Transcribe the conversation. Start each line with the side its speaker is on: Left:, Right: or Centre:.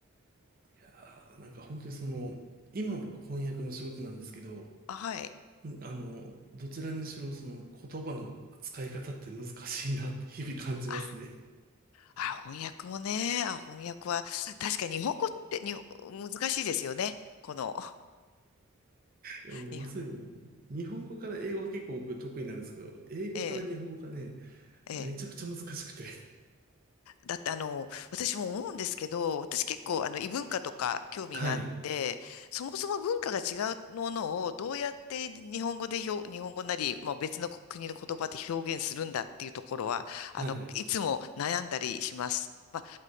Right: いやーなんか本当にその、今僕翻訳の仕事なんですけど、
Left: あはい。
Right: あの、どちらにしろその言葉の使い方って難しいなって日々感じますね。
Left: あ、あ、翻訳もね。あ、翻訳は、確かに日本語ってに、難しいですよね。この、
Right: でもまさに、
Left: に、
Right: 日本語から英語は結構僕得意なんですけど、英語から日本語がね、
Left: ええ、ええ。
Right: めちゃくちゃ難しくて。
Left: だってあの、私も思うんですけど、私結構あの、異文化とか興味があって、
Right: <laughs> はい。
Left: そもそも文化が違うものをどうやって日本語で表、日本語なり、まあ、別の国の言葉で表現するんだっていうところは、あの、
Right: はい。
Left: いつも悩んだりします。ま